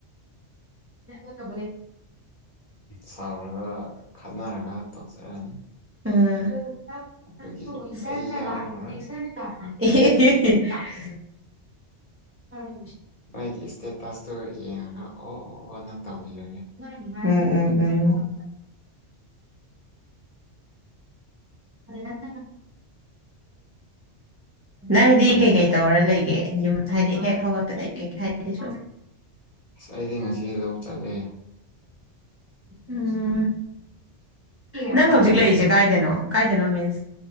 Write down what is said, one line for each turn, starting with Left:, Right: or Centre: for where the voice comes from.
Right: ꯌꯥꯝ ꯀꯕ꯭ꯂ
Left: ꯁꯥꯎꯔꯒ ꯈꯠꯅꯔꯒ ꯇꯣꯛꯆꯔꯅꯤ
Right: ꯎ
Left: ꯑꯗꯨꯒꯤ ꯑꯩ ꯌꯥꯎꯔꯔꯣꯏ
Right: ꯑꯦ ꯎꯝ꯫
Left: ꯅꯣꯏꯒꯤ ꯏꯁꯇꯦꯇꯁꯇꯨ ꯌꯦꯡꯉꯒ ꯑꯣꯅ ꯇꯧꯕꯤꯔꯒꯦ꯫
Right: ꯎꯝ ꯎꯝ ꯎꯝ꯫ <unintelligible> ꯅꯪꯗꯤ
Left: ꯀꯟꯇꯦꯛ
Right: ꯀꯩꯀꯩ ꯇꯧꯔ ꯂꯩꯒꯦ ꯌꯨꯝ ꯍꯥꯏꯗꯤ ꯍꯦꯛ ꯍꯧꯒꯠꯄꯗꯩ ꯀꯩ ꯍꯥꯏꯗꯤ ꯁꯨꯝ
Left: ꯑꯁ ꯑꯩꯗꯤ ꯉꯁꯤ ꯂꯧ ꯆꯠꯂꯦ꯫
Right: ꯎꯝ꯫ ꯅꯪ ꯍꯧꯖꯤꯛ
Left: ꯂꯧꯗ
Right: ꯂꯩꯔꯤꯁꯦ ꯀꯥꯏꯗꯅꯣ꯫ ꯀꯥꯏꯗꯅꯣ ꯃꯤꯁ